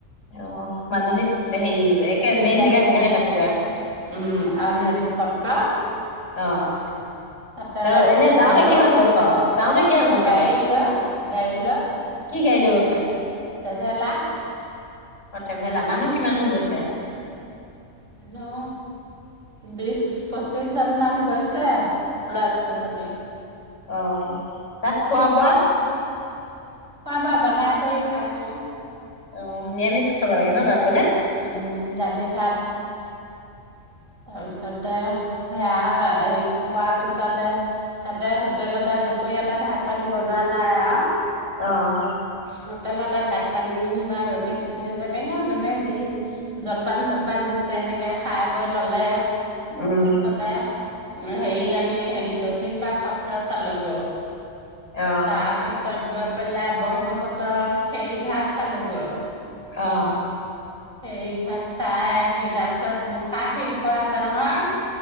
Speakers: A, on the left; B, on the right.
A: অ', মাজুলীত হেৰি একে মেইন
B: তাৰপিছত
A: জেগা তেতিয়াহে পাইছোগৈ।
B: উম, আউনীআটী সত্ৰ।
A: অ'।
B: তাতে
A: ত'
B: ৰাতি
A: এনে
B: থাকিলো
A: যাওঁতে কিহত গৈছ, যাওঁতে কিহত গৈছ?
B: গাড়ী লৈ গাড়ী
A: কি গাড়ী লৈ গৈছা?
B: টেভেলা
A: অ', ট্ৰেভেলা মানুহ কিমান গৈছে?
B: মানুহ বিশ পঁচিশ জন মান গৈছে। ল'ৰা ছোৱালী হতি।
A: অ', তাত খোৱা বোৱা?
B: খোৱা বোৱা বনাই কৰি খাইছোঁ।
A: অ', নিৰামিচ খাব লাগে ন' তাত গ'লে?
B: উম, উম, দালি ভাত। তাৰপিছতে <unintelligible> পোৱা পিছতে তাতে হোটেলতে দুপৰীয়াতে ভাত পানী বনোৱা নাই আৰু।
A: অ'।
B: হোটেলতে ভাত পানী বা ৰুটি চুটি যেনেকে যোনে যি জলপান চলপান নিশ্চয় এনেকে খাই বৈ ল'লে,
A: উম
B: তাৰপিছতে উম, হেৰি আমি হেৰি দক্ষিণ পাট সত্ৰ চালোগ'
A: অ
B: তাৰ পিছ ছত গৈ পেলাই ব্ৰহ্মপুত্ৰ খেৰী ঘাট চালো গৈ।
A: অ'।
B: ফেৰী ঘাট চাই আহি তাৰ পিছত মোখ খা শিল্প আছে নহয়।